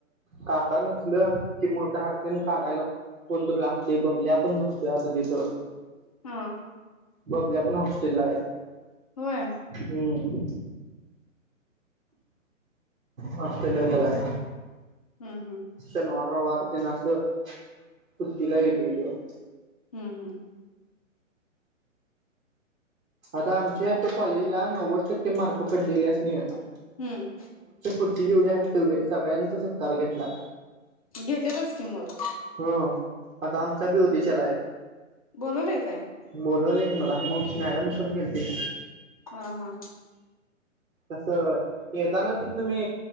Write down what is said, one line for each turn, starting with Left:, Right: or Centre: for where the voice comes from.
Right: काका नसलं की मग धारतीन काढायला कोणतरी लागतं. ते बबल्या पण नुसत आता तिथ
Left: हा
Right: बबल्या पण हॉस्टेलला आहे.
Left: होय.
Right: हम्म हॉस्टेलला गेलाय.
Left: हम्म हम्म.
Right: शनिवार रैवार तेनं असं सुट्टीला ये <unintelligible>
Left: हम्म हम्म
Right: आता आमच्या त कॉलेजला नव्वद टक्के मार्क पडलेलेच नाई आता.
Left: हम्म.
Right: फुडची जेवडी हेत तेवढे सगळ्यांचा सत्कार घेतला.
Left: घेतेतच की मग.
Right: हं. आता आमचा बी उदिच्यालाए.
Left: बोलवलंय काय?
Right: बोलवलय मला मग मॅडम पन गेलते.
Left: हा हा
Right: तसं येताना तिथन मी